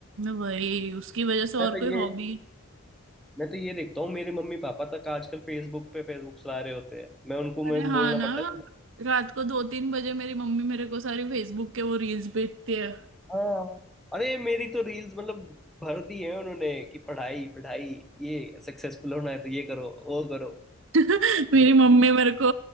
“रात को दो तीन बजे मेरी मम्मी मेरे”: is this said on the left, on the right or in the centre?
Right